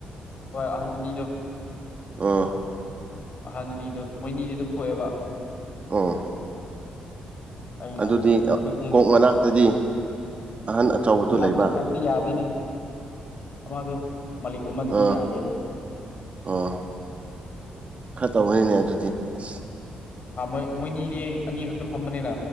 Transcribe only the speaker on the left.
ꯍ ꯃꯤꯗ
ꯑꯍꯟ ꯑꯅꯤꯗꯨ ꯃꯣꯏꯅꯤꯗꯤ ꯑꯗꯨꯝ ꯊꯣꯛꯑꯦꯕ
ꯑꯩꯅ
ꯊꯦꯡ ꯊꯦꯡꯅ
ꯊꯣꯛꯄ
ꯀꯣꯛ ꯃꯅꯥꯛꯇꯤ
ꯀꯣꯛꯇꯤ ꯌꯥꯗꯦꯅꯤ ꯑꯃꯗꯣ ꯃꯥꯂꯤꯛ ꯑꯃꯗꯨꯗꯤ
ꯌꯥꯗꯦꯕ
ꯣꯏ ꯃꯣꯏꯅꯤꯗꯤ ꯑꯅꯤ ꯈꯛꯇ ꯐꯝꯕꯅꯤꯅ